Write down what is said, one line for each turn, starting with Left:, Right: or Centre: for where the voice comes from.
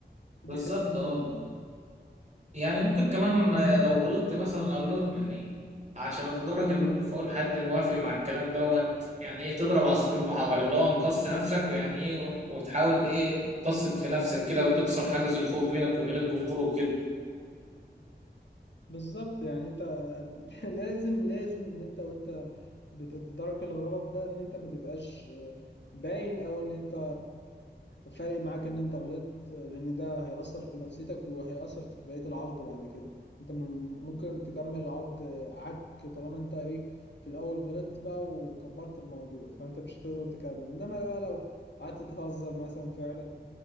Right: بالظبط
Left: حته مهمه
Right: اه
Left: يعني
Right: يعني ممكن كمان آه، لو غلطت مثلا اقول لهم يعني عشان اتدارك الموقف اقول حد موافق مع الكلام دوت يعني ايه تضرب عصفورين بحجر اللي هو انقذت نفسك ويعني ايه وتحاول ايه تثق في نفسك كده وتكسر حاجز الخوف بينك وبين الجمهور وكده
Left: بالظبط يعني انت <laughs> لازم لازم ان انت وانت بتتدرك الغلط ده ان انت ما تبقاش باين او ان انت فارق معاك ان انت غلطت لان ده هيأثر في نفسيتك وهيأثر في بقية العرض بعد كده انت من- ممكن تكمل العرض عك طالما انت ايه في الاول غلطت بقى وكبرت الموضوع فانت مش هتقدر تكمل انما بقى لو قعدت تهزر مثلا فعلا